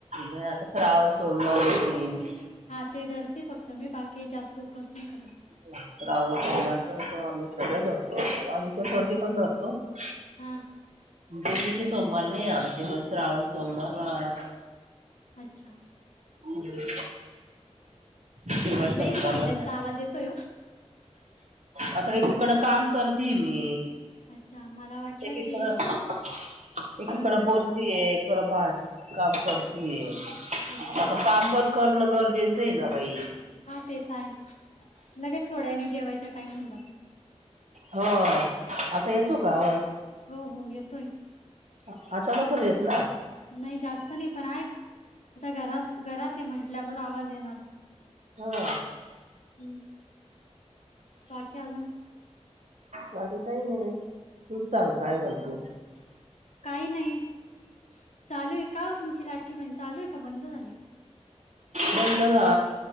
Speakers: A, on the right; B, on the left.
A: नाही आता श्रावण सोमवारी ये
B: हा ते धरते फक्त मी बाकी जास्त उपास नाही करत.
A: <unintelligible>
B: हम्म
A: गेली ते सोमवार नाही आमचे पण श्रावण सोमवार रा
B: अच्छा.
A: हम्म ते बाई संसारला
B: लईच भांड्यांचा
A: काय
B: आवाज येतोय हो.
A: आत्ता एकीकडं काम करतीये मी
B: अच्छा, मला वाटलं
A: एकीकडं
B: की
A: एकीकडं
B: हं,
A: बोलतीये थोडं बाग काम करतीये
B: अच्छा.
A: आ काम पण करण गरजेचं आहे ना बाई
B: हा ते तर आहेचं लगेच थोड्या वेळानी जेवायचा टाइम होऊन जातो
A: हो आता येतो का आवाज?
B: हो, हो, येतोय.
A: आ आता नसल येत ना
B: नाही जास्त नाही पण आहेचं आता घरा घरात आहे म्हंटल्यावर आवाज येणारचं
A: हा
B: हम बाकी आजून
A: बाकी काही नाही तूच सांग काय म्हणते
B: काही नाही चालू आहे का ओ तुमची लाडकी बहिण चालू आहे का बंद झाली
A: बंद झा